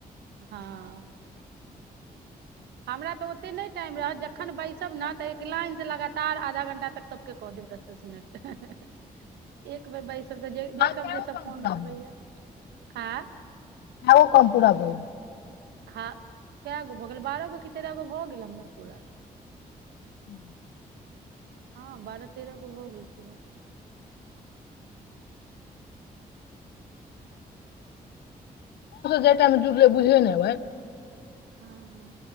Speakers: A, on the right; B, on the left.
A: हँ हमरा तऽ ओतेक नहि टाइम रहत जखन बैसब ने तऽ एक लाइनसँ लगातार आधा घंटा तक सभके कऽ देब दस दस मिनट एक बेर बैसब तऽ देखब
B: आ कएगो
A: जे सब
B: काम
A: फोन
B: पूरा
A: उठबैए आँ
B: हो कम पूरा भऽ गेल
A: हँ कए गो भऽ गेल बारह गो कि तेरह गो भऽ गेल हमरा पूरा
B: <inaudible>
A: हां बारह तेरह गो हो गेल पुरा
B: जेटाईमे जुड़लै बुझेय नइ अबै
A: हां